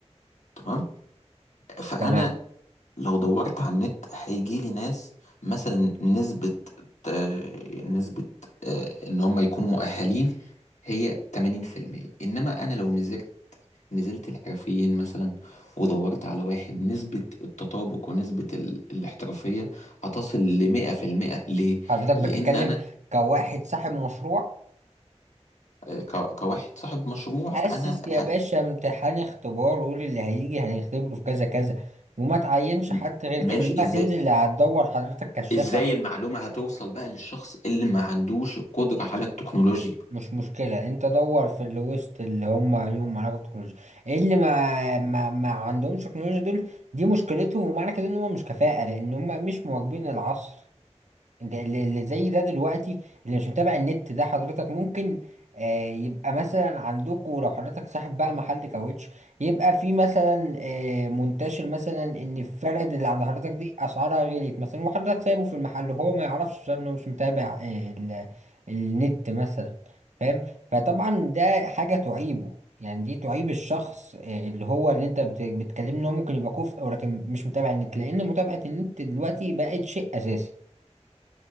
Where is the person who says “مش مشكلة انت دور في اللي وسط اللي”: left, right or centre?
Right